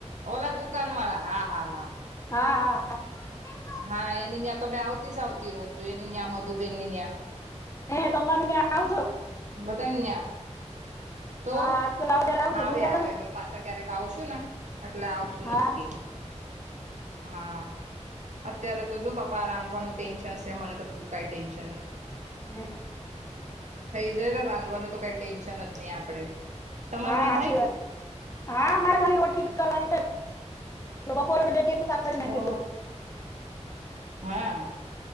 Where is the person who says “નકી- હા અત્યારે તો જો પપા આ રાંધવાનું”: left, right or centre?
Right